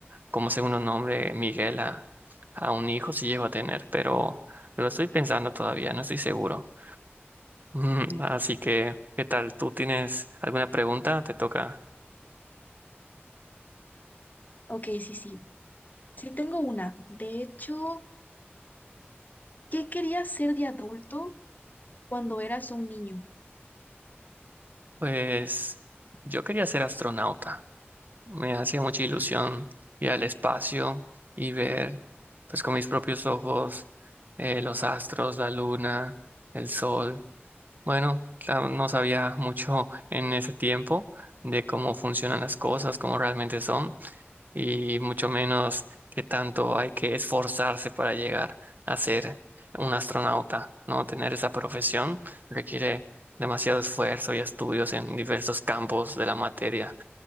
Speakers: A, on the right; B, on the left.
A: como segundo nombre Miguel a, a un hijo si llego a tener, pero lo estoy pensando todavía, no estoy seguro. Mm, Así que, ¿qué tal? ¿Tú tienes alguna pregunta? Te toca.
B: Ok, sí, sí. Sí, tengo una. De hecho, ¿qué querías ser de adulto cuando eras un niño?
A: Pues yo quería ser astronauta. Me hacía mucha ilusión ir al espacio y ver, pues con mis propios ojos, eh, los astros, la luna, el sol. Bueno, claro, no sabía mucho en ese tiempo de cómo funcionan las cosas, cómo realmente son. y mucho menos que tanto hay que esforzarse para llegar a ser un astronauta, ¿no? Tener esa profesión requiere demasiado esfuerzo y estudios en diversos campos de la materia.